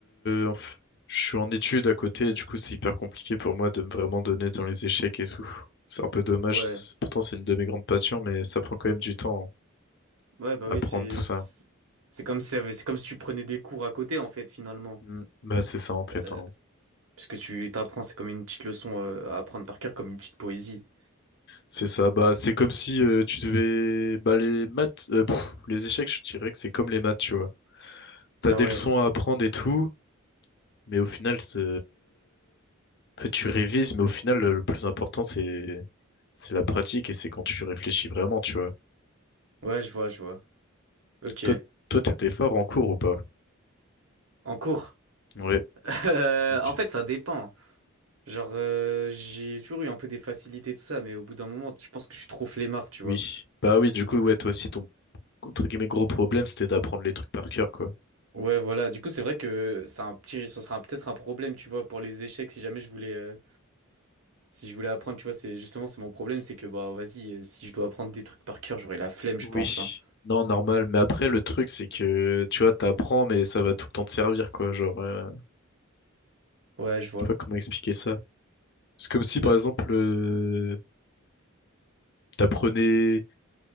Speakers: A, on the left (about 55°); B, on the right (about 80°).
A: euh, enf- je suis en études à côté, du coup, c'est hyper compliqué pour moi de me vraiment donner dans les échecs et tout. C'est un peu dommage.
B: Ouais.
A: c'est- Pourtant, c'est une de mes grandes passions, mais ça prend quand même du temps, hein,
B: Ouais, bah
A: apprendre
B: oui, c'est
A: tout ça.
B: c'est c'est comme si, c'est comme si tu prenais des cours à côté en fait finalement.
A: Mm. Bah, c'est ça, en fait,
B: Euh,
A: hein.
B: parce que tu t'apprends, c'est comme une petite leçon euh, à apprendre par cœur, comme une petite poésie.
A: C'est ça, bah c'est comme si euh, tu devais bah les maths euh, pff, les échecs, je dirais que c'est comme les maths, tu vois. T'as
B: Ah
A: des
B: ouais,
A: leçons à apprendre et tout, mais au final c'est en fait tu révises, mais au final le le plus important c'est c'est la pratique et c'est quand tu réfléchis vraiment, tu vois.
B: ouais, je vois, je vois. Ok,
A: Toi toi t'étais fort en cours ou pas?
B: en cours. <laughs>
A: Ouais.
B: Euh,
A: Études.
B: en fait, ça dépend. Genre, euh, j'ai toujours eu un peu des facilités tout ça, mais au bout d'un moment, je pense que je suis trop flemmard, tu vois.
A: Oui. Bah oui, du coup ouais, toi aussi ton entre guillemets gros problème c'était d'apprendre les trucs par cœur quoi.
B: Ouais, voilà. Du coup, c'est vrai que c'est un petit, ce sera peut-être un problème, tu vois, pour les échecs si jamais je voulais euh, Si je voulais apprendre, tu vois, c'est justement c'est mon problème, c'est que bah vas-y, euh, si je dois apprendre des trucs par cœur, j'aurai la flemme, je
A: Oui,
B: pense, hein.
A: non, normal. Mais après, le truc, c'est que, tu vois, t'apprends, mais ça va tout le temps te servir, quoi. Genre, euh,
B: Ouais, je vois.
A: je sais pas comment expliquer ça. C'est comme si, par
B: Bah,
A: exemple, euh, t'apprenais